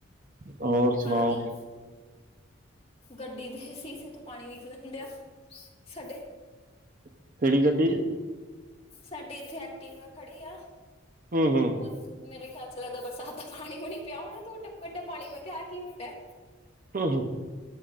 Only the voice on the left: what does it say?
ਆਹ ਕੀ ਗੱਡੀ ਦੇ ਸੀਸੇ ਤੋਂ ਪਾਣੀ ਨਿਕਲਣ ਡਿਆ ਸਾਡੇ
ਸਾਡਡੀ ਇੱਥੇ ਐਕਟੀਵਾ ਖੜੀ ਆ
ਉਹ ਮੇਰੇ ਖਿਆਲ ਚ ਲਗਦਾ ਬਰਸਾਤ ਦਾ ਪਾਣੀ ਪੂਣੀ ਪਿਆ ਹੋਣਾ ਤੇ ਉਹ ਟਪਕਣ ਡੀਆ ਪਾਣੀ, ਮੈਂ ਕਿਹਾ ਐ ਕੀ ਹੋਣਡੀਆ।